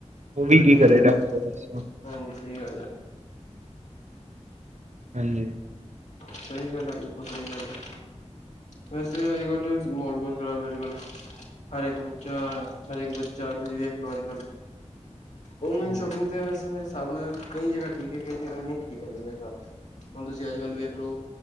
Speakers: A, on the right; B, on the left.
A: ਉਹ ਵੀ
B: ਉਲਟੀਆਂ
A: ਕੀ ਕਰੇ
B: ਕਰਦੇ
A: ਡਾਕਟਰ ਦਸ।
B: ਹਾਂਜੀ ਸਹੀ ਗੱਲ ਹੈ।
A: ਹਾਂਜੀ <inaudible>
B: ਸਹੀ ਗੱਲ ਹੈ, ਬਿਲਕੁਲ ਸਹੀ ਗੱਲ ਹੈ। ਵੈਸੇ ਅਜ ਕੱਲ ਵਿਚ, ਮਾਹੋਲ ਬਹੁਤ ਖ਼ਰਾਬ ਹੈ ਅੱਜ ਕਲ ਹਰ ਇੱਕ ਬੱਚਾ, ਹਰ ਇੱਕ ਬੱਚਾ <inaudible> ਵੇਖ ਲਓ ਅੱਜ ਕੱਲ ਔਨਲਾਈਨ
A: ਹਾਂਜੀ
B: ਸ਼ੋਪਿੰਗ ਤੇ ਵੈਸੇ <inaudible> ਹਿਸਾਬ ਨਾਲ ਕਈ ਜਗ੍ਹਾ ਠੀਕ ਹੈ, ਕਈ ਜਗ੍ਹਾ ਨਹੀਂ ਠੀਕ ਹੈਗੀ, ਮੇਰੇ ਹਿਸਾਬ <inaudible> ਹੁਣ ਤੁਸੀਂ ਅੱਜ ਕੱਲ੍ਹ ਵੇਖ ਲੋ